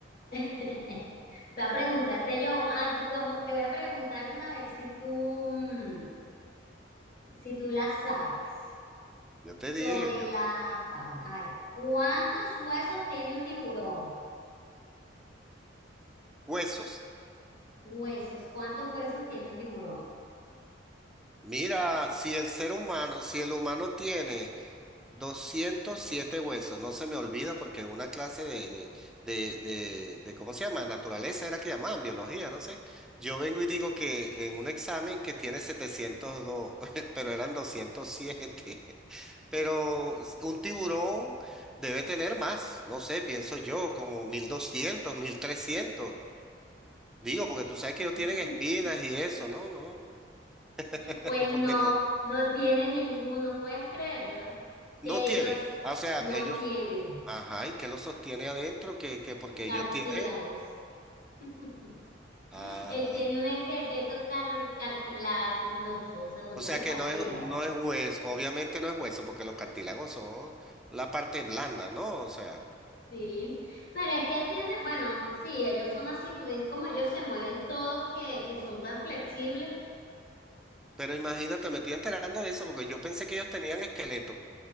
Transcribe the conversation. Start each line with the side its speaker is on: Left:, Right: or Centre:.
Left: <laughs> Voy a preguntarte yo, ah, tú cómo, te voy a preguntar una a ver si tú, mm, si tú la sabes
Centre: <laughs> Yo te
Left: sobre
Centre: dije, yo-
Left: la fauna. A ver, ¿cuántos huesos tiene un tiburón?
Centre: huesos.
Left: Huesos. ¿Cuántos huesos tiene un tiburón?
Centre: Mira, si el ser humano, si el humano tiene... 207 huesos, no se me olvida porque en una clase de, de, de, de, de, ¿cómo se llama? Naturaleza era que llamaban, biología, no sé. Yo vengo y digo que en un examen que tiene 702 <laughs> pero eran 207 <laughs> Pero un tiburón debe tener más, no sé, pienso yo, como mil doscientos mil trescientos Digo, porque tú sabes que ellos
Left: <laughs>
Centre: tienen espinas y eso, ¿no? No, <laughs>
Left: Pues
Centre: porque
Left: no, no tiene ninguno. ¿Puedes creerlo? Que
Centre: no tiene.
Left: ellos
Centre: O sea,
Left: no
Centre: ellos
Left: tienen
Centre: Ajá, y que lo sostiene adentro, que, que porque
Left: cartílagos.
Centre: ellos tienen.
Left: <laughs>
Centre: Ah,
Left: Él tiene un esqueleto car- cartilaginoso, o sea, son
Centre: o
Left: como
Centre: sea que
Left: cartílagos.
Centre: no es, no es hueso, obviamente no es hueso, porque los cartílagos son la parte blanda, ¿no? O sea,
Left: Sí, pero es que tiene, bueno, sí, ellos son así, tú ves como ellos se mueven todos que, que son tan flexibles.
Centre: pero imagínate, me estoy enterando de eso, porque yo pensé que ellos tenían esqueleto. O